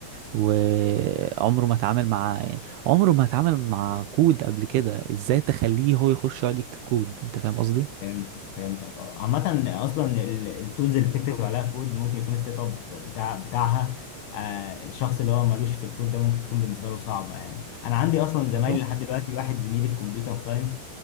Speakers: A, on the right; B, on the left.
A: وعمره ما اتعامل مع يعني عمره ما اتعامل مع كود قبل كده ازاي تخليه هو يخش يقعد يكتب كود انت فاهم قصدي
B: فهمت فهمتك اه عامة اصلا التولز اللي بتكتب عليها كود ممكن يكون السيت اب بتاع بتاعها آه الشخص اللي هو ملوش في الكود ده ممكن تكون بالنسبة له صعبة يعني انا عندي اصلا
A: بالظبط
B: زمايلي لحد دلوقتي واحد زميلي في كمبيوتر ساينس